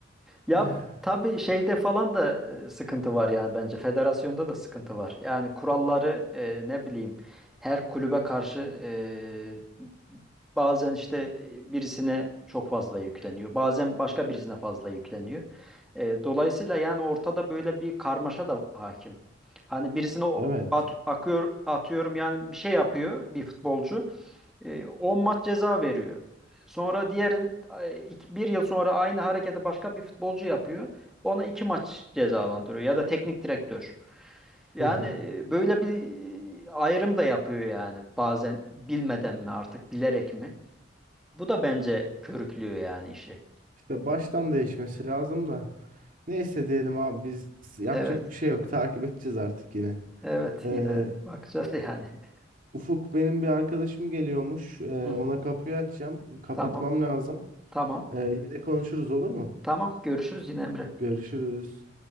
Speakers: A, in the centre; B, on the right.
A: Ya
B: <laughs>
A: tabii şeyde falan da e, sıkıntı var yani bence. Federasyonda da sıkıntı var. Yani kuralları e, ne bileyim her kulübe karşı e, bazen işte e, birisine çok fazla yükleniyor. Bazen başka birisine fazla yükleniyor. E, dolayısıyla yani ortada böyle bir karmaşa da hakim. Hani birisine o-
B: Evet.
A: at- akıyor, atıyorum yani bir şey yapıyor bir futbolcu. E, 10 maç ceza veriyor. Sonra diğer e, iki- bir yıl sonra aynı hareketi başka bir futbolcu yapıyor. Ona iki maç cezalandırıyor ya da teknik direktör. Yani
B: Hı hı.
A: e, böyle bir e, ayrım da yapıyor yani bazen bilmeden mi artık bilerek mi? Bu da bence körüklüyor yani işi.
B: İşte baştan değişmesi lazım da. Neyse diyelim abi biz yapacak
A: Evet,
B: bir şey yok. Takip edeceğiz artık yine.
A: evet
B: Ee,
A: yine bakacağız yani.
B: Ufuk benim bir arkadaşım geliyormuş. Ee,
A: <laughs> Hı hı.
B: ona kapıyı açacağım. Kapatmam
A: Tamam,
B: lazım.
A: tamam,
B: Ee, yine konuşuruz olur mu?
A: tamam. Görüşürüz yine Emre.
B: Görüşürüz.